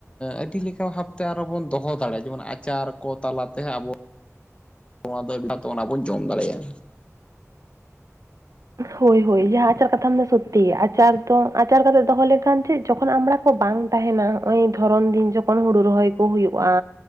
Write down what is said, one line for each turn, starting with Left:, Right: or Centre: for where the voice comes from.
Left: ᱟᱹᱰᱤ ᱞᱮᱠᱟ ᱵᱷᱟᱯᱛᱮ ᱟᱨᱚ ᱵᱚᱱ ᱫᱚᱦᱚᱸ ᱫᱟᱲᱮᱣᱟᱜ-ᱟ ᱡᱮᱢᱚᱱ ᱟᱪᱟᱨ ᱠᱚ ᱛᱟᱞᱟᱛᱮ, ᱟᱵᱚ <unintelligible> ᱚᱱᱟ ᱵᱚᱱ ᱡᱚᱢ ᱫᱟᱲᱮᱭᱟ-ᱟ᱾
Right: ᱦᱳᱭ-ᱦᱳᱭ, ᱡᱟᱦᱟᱸ ᱟᱪᱟᱨ ᱠᱟᱛᱷᱟ ᱫᱚ ᱥᱚᱛᱛᱤ ᱜᱮᱫᱭᱟ, ᱟᱪᱟᱨ ᱫᱚ ᱟᱪᱟᱨ ᱠᱟᱛᱮ ᱫᱚᱦᱚᱸ ᱞᱮᱱᱠᱷᱟᱱ ᱪᱮ ᱡᱚᱠᱷᱚᱱ ᱟᱢᱲᱟ ᱵᱟᱝ ᱛᱟᱦᱮᱸᱱᱟ ᱦᱚᱜ-ᱚᱭ ᱫᱷᱚᱨᱚᱱ ᱫᱤᱱ ᱡᱚᱠᱷᱚᱱ ᱦᱩᱲᱩ ᱨᱚᱦᱚᱭ ᱠᱚ ᱦᱩᱭᱩᱜ-ᱟ᱾